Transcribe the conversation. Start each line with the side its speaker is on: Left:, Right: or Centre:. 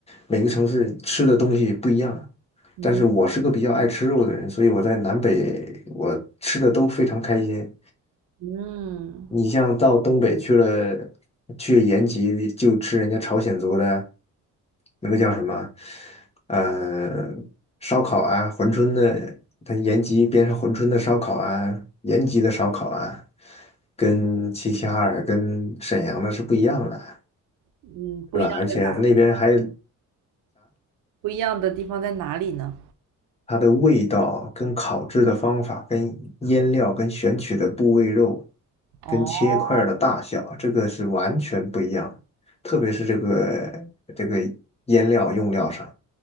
Left: 每个城市吃的东西不一样。
Right: 嗯
Left: 但是我是个比较爱吃肉的人，所以我在南北我吃的都非常开心。
Right: 嗯
Left: 你像到东北去了，去延吉就吃人家朝鲜族的那个叫什么，呃，烧烤啊，珲春的，它延吉边上珲春的烧烤啊，延吉的烧烤啊，跟齐齐哈尔、跟沈阳的是不一样的，
Right: 嗯，不一样在哪？
Left: 而且那边还
Right: 不一样的地方在哪里呢？
Left: 它的味道、跟烤制的方法、跟腌料、跟选取的部位肉、
Right: 哦，
Left: 跟切块儿的大小，这个是完全不一样的。特别是这个这个腌料用料上，